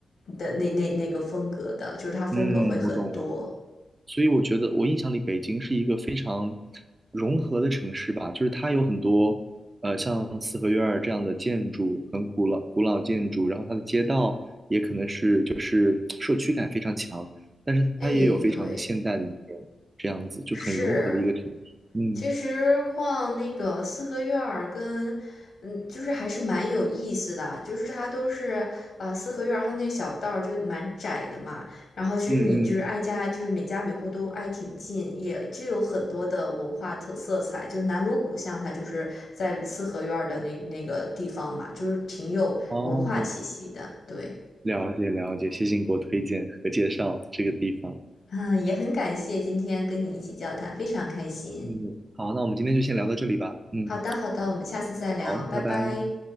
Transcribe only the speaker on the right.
嗯，我懂了。所以我觉得我印象里北京是一个非常融合的城市吧，就是它有很多呃像四合院儿这样的建筑，很古老古老建筑，然后它的街道也可能是就是社区感非常强，但是它也有非常现代的一面，
这样子就很融合的一个城市。
嗯
嗯嗯，
哦，
了解了解，谢谢你给我推荐和介绍这个地方。
嗯，好，那我们今天就先聊到这里吧。嗯，
好，
拜拜。